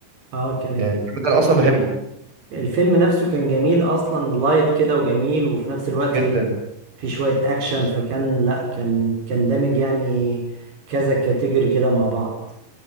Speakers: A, on the right; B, on the right.
A: اه كانت
B: يعني الفيلم ده أنا أصلا بحبه
A: الفيلم نفسه كان جميل اصلا لايت كده وجميل وفي نفس الوقت
B: جدا
A: في شوية أكشن فكان لأ كان كان دامج يعني كذا كاتيجوري كده مع بعض